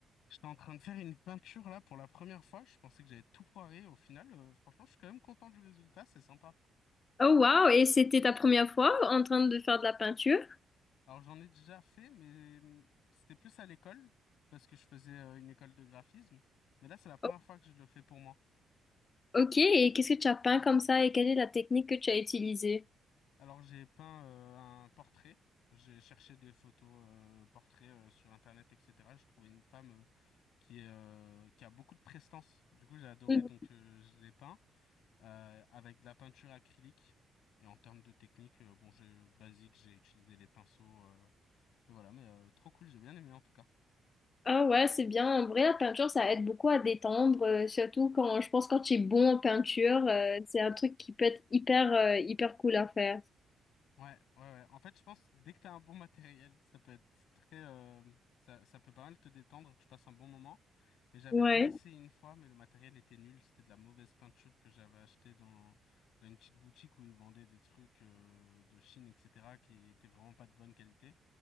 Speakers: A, on the left; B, on the left.
A: J'étais en train de faire une peinture là pour la première fois. Je pensais que j'avais tout foiré. Au final, euh, franchement, je suis quand même content du résultat. C'est sympa.
B: Oh wow, et c'était ta première fois en train de faire de la peinture?
A: Alors, j'en ai déjà fait, mais hum, c'était plus à l'école parce que je faisais euh, une école de graphisme. Mais là, c'est la première
B: O-
A: fois que je le fais pour moi.
B: Ok, et qu'est-ce que tu as peint comme ça et quelle est la technique que tu as utilisée?
A: Alors, j'ai peint euh, un portrait. J'ai cherché des photos euh, portraits euh, sur Internet, etc. Je trouvais une femme euh, qui est, euh, qui a beaucoup de prestance. Du coup, j'ai adoré,
B: Mhm.
A: donc euh, je l'ai peint. euh, avec de la peinture acrylique. Et en termes de technique, euh, bon, j'ai basique, j'ai utilisé les pinceaux. euh, et voilà, mais euh, trop cool, j'ai bien aimé en tout cas.
B: Ah ouais, c'est bien. En vrai, la peinture, ça aide beaucoup à détendre, euh, surtout quand je pense quand tu es bon en peinture, euh, c'est un truc qui peut être hyper, euh, hyper cool à faire.
A: Ouais, ouais, ouais. En fait, je pense dès que t'as un bon matériel, ça peut être très, euh, ça, ça peut pas mal te détendre. Tu passes un bon moment. Mais j'avais
B: Ouais.
A: déjà essayé une fois, mais le matériel était nul. C'était de la mauvaise peinture que j'avais achetée dans, dans une petite boutique où ils vendaient des trucs euh, de Chine, etc., qui étaient vraiment pas de bonne qualité.